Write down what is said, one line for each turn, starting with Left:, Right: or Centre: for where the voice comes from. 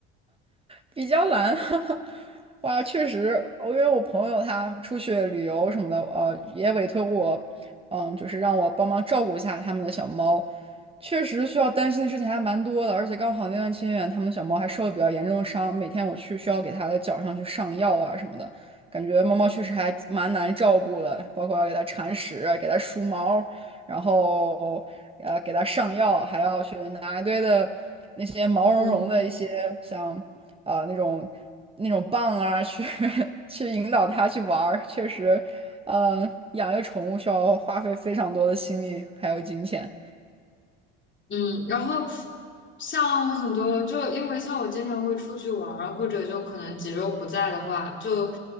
Right: 比较难，<laughs> 哇，确实，我因为我朋友他出去旅游什么的，呃，也委托我，嗯，就是让我帮忙照顾一下他们的小猫。确实需要担心的事情还蛮多的，而且刚好那段期间，他们的小猫还受了比较严重的伤，每天我去需要给它的脚上去上药啊什么的，感觉猫猫确实还蛮难照顾的，包括要给它铲屎啊、给它梳毛，然后呃给它上药，还要去拿一堆的那些毛茸茸的一些像啊、
Left: <laughs> 嗯。
Right: 呃那种那种棒啊，去 <laughs> 去引导它去玩儿，确实，呃，养一个宠物需要花费非常多的心力还有金钱。
Left: 嗯，然后像很多，就因为像我经常会出去玩儿，或者就可能几周不在的话，就